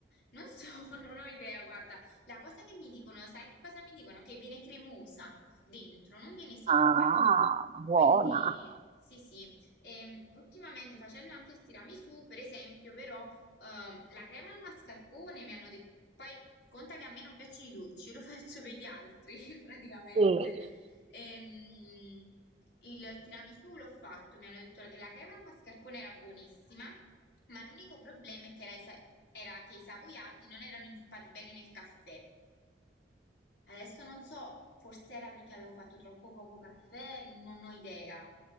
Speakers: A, on the left; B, on the right.
A: Non so, <laughs> non ho idea, guarda, la cosa che mi dicono, sai che cosa mi dicono? Che viene cremosa dentro, non viene secca.
B: Ah, buona.
A: Quindi, sì, sì. Ehm, ultimamente facendo anche il tiramisù, per esempio, però, ehm, la crema al mascarpone mi hanno detto, poi conta che a me non piacciono i dolci, <laughs> io lo faccio per gli altri, <laughs> praticamente.
B: Sì.
A: Ehm, il tiramisù l'ho fatto, mi hanno detto che la crema al mascarpone era buonissima, ma l'unico problema è che era, i sa- era che i savoiardi non erano inzuppati bene nel caffè. Adesso non so, forse era perché avevo fatto troppo poco caffè, non ho idea.